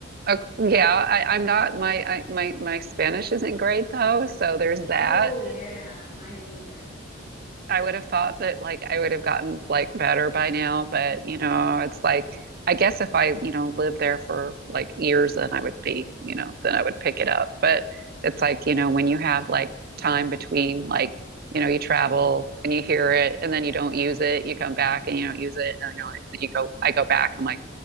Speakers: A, on the right (about 50°); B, on the left (about 40°).
A: Uh,
B: Uh-huh.
A: yeah, I, I'm not my I, my my Spanish isn't great though, so there's that.
B: Oh yeah, mine either.
A: I would have thought that like I would have gotten like better by now, but
B: Mhm.
A: you know, it's like I guess if I, you know, lived there for like years, then I would be, you know, then I would pick
B: Yeah.
A: it up. But it's like, you know, when you have like time between like, you know, you travel
B: Mhm.
A: and you hear it and then you don't use it, you come back and you don't use it and you're like you go I go back, and I'm like,